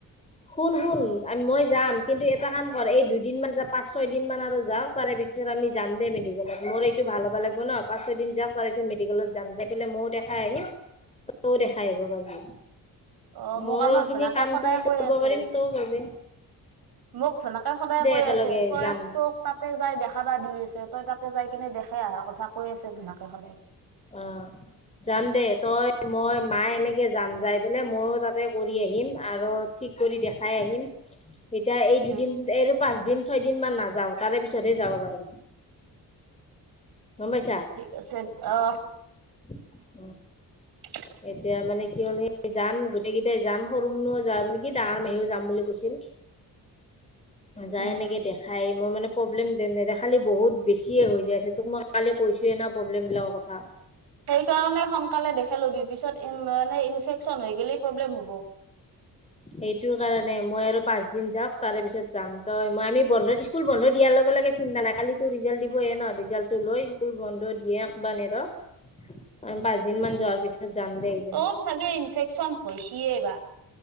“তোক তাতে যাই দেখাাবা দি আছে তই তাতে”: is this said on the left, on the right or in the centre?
Right